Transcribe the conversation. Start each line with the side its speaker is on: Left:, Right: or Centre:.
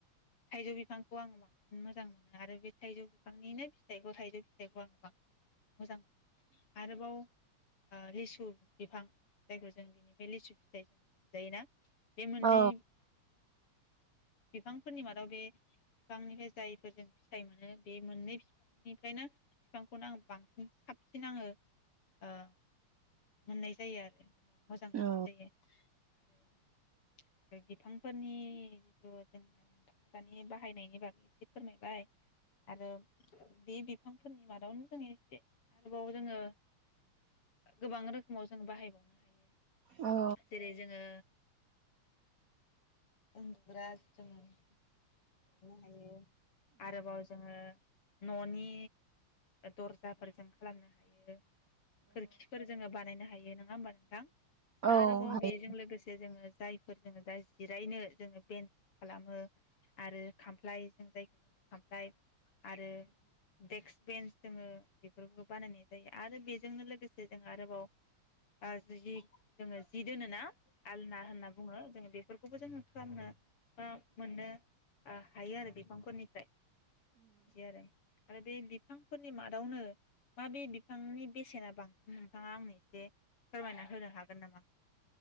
Left: थाइजौ बिफांखौ आङो बांसिन मोजां मोनो आरो बे थाइजौ बिफांनिनो फिथाइखौ थाइजौ फिथाइखौ आङो बांसिन जानो मोजां मोनो आरोबाव लिसु बिफां जायखौ जों बिनिफ्राय लिसु फिथाइ जों मोनजायोना। बे मोनै
Right: औ
Left: बिफांफोरनि मादाव बे फिफांनिफ्राय जायफोर जों फिथाइ मोनो बे मोननै फिफांनिफ्रायनो बिफांखौनो आं बांसिन साबसिन आङो ओ मोननाय जायो आरो मोजां
Right: औ
Left: मोननाय जायो आरो बे बिफांफोरनि जिथु जेनबा नोंथाङा दानि बाहायनायनि बागै एसे फोरमायबाय आरो बे बिफांफोरनि मादावनो जों एसे आरोबाव जोङो गोबां रोखोमाव जों बाहायबावनो हायो।
Right: औ
Left: जेरै जोङो उन्दुग्रा जों खालामनो हायो आरोबाव जोङो न'नि दर्जाफोर जों खालामनो हायो। खोरखिफोर जोङो बानायनो हा हायो नङा होमबा नोंथां?
Right: औ
Left: आरोबाव
Right: हायो
Left: बेजों लोगोसे जोङो जायफोर जोङो दा जिरायनो जोङो बेन्स खालामो आरो खामफ्लाय जों जायखौ खामफ्लाय आरो देक्स बेन्स जोङो बेफोरखोबो बानायनाय जायो आरो बेजोंनो लोगोसे जों आरोबाव ओ जि जोङो जि दोनोना? आलना होनना बुङो जोंङो बे बेफोरखौबो जोङो खालामनो बा मोननो ओ हायो आरो बेफ फोरनिफ्राय। बिदि आरो आरो बे बिफां फोरनि मादावनो माबे बिफांनि बेसेना बांसिन नोंथाङा आंनो एसे फोरमायना होनो हागोन नामा?